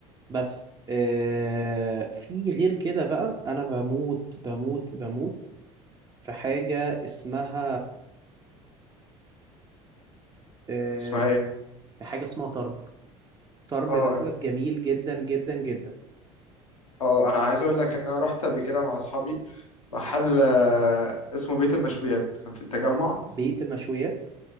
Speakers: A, on the right; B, on the left.
A: بس آه، في غير كده بقى أنا بموت بموت بموت في حاجة اسمها آه،
B: اسمها ايه
A: في حاجة اسمها طرب طرب
B: اه
A: دوت جميل جدا جدا جدا
B: اه انا عايز اقول لك ان انا رحت قبل كده مع اصحابي محل آه، اسمه بيت المشويات كان في التجمع
A: بيت المشويات